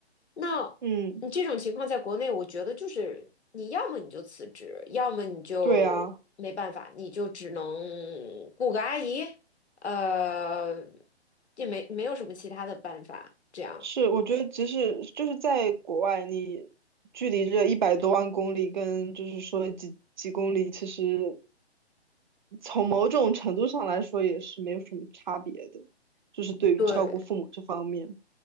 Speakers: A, on the left (about 80°); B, on the right (about 45°).
A: 那你这种情况在国内，
B: 嗯，
A: 我觉得就是你要么你就辞职，要么你就没办法，
B: 对啊，
A: 你就只能雇个阿姨，呃，也没没有什么其他的办法，这样。
B: 是，我觉得即使就是在国外，你距离这一百多万公里跟就是说几几公里，其实从某种程度上来说也是没有什么差别的，就是对于照顾父母这方面。
A: 对